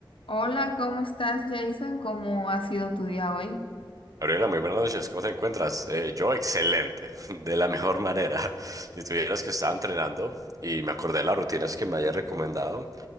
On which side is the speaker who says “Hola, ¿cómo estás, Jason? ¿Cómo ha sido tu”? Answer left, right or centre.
Left